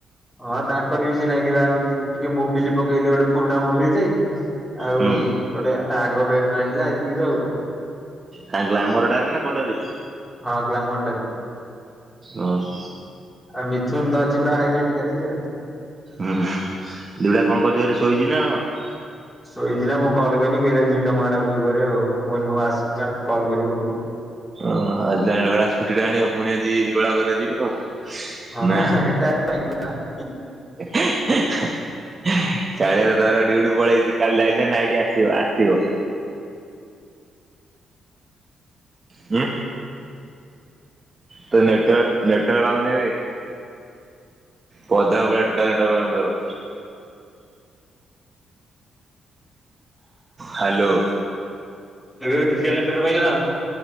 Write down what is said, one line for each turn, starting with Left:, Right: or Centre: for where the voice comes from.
Centre: ହଁ ତାଙ୍କର ବି ସେଇ ନାଗିଲା ଟିକେ ମୋବିଲି ପକେଇଲେ ଗୋଟେ ପୁରୁଣା ମୋବିଲ ଟେଇ। ଆଉ
Right: ହୁଁ
Centre: ଗୋଟେ ତା ଆଗ ବ୍ଲେଡ୍ ଭାଙ୍ଗିଲା ଏତିକି ତ ଆଉ।
Right: କାଇଁ ଗ୍ଲାମରଟାରେ ନା ଗୋଡରେ?
Centre: ହଁ ଗ୍ଲାମର ଟାରେ।
Right: ଓ ହଁ।
Centre: ଆଉ ମିଥୁନ ତ ଅଛି ପୁରା ହାଇଲାଇଟ୍ <unintelligible>
Right: ହୁଁ ଦୁଡଆ କଣ କରଛ ଘରେ ଶୋଇଛି ନା କଣ?
Centre: ଶୋଇଥିଲା ମୁଁ କଲ୍ କଲି କହିଲା ଜିମି ତମ ଆଡ଼େ ଆଉ ଟିକେ ପରେ ଆଉ ମୁ କହିଲି ହଉ ଆସ ଆ କଲ୍ କରିବୁ ଆଉ।
Right: <unintelligible>
Centre: ହଁ
Right: ନା।
Centre: ବା ହେଟା <unintelligible>
Right: <inaudible> କାଳିଆ ତ ତାର ଡିଉଟି ପଳେଇଛି କାଲି ଯାଇଥିଲେ ନାଇଟି ଆସିବ ଆସିଥିବ। ହୁଁ। ତୋ ନେଟୱର୍କ ନେଟୱର୍କ ପାଉନେଇ ବେ। ପଦା କୁ ପଳେଆ ଟୋଟାଲ ନେଟୱର୍କ ପାଉନି ତୋର। ହ୍ୟାଲୋ।
Centre: ଏବେ ଠିକେ ନେଟୱର୍କ ପାଇଲା।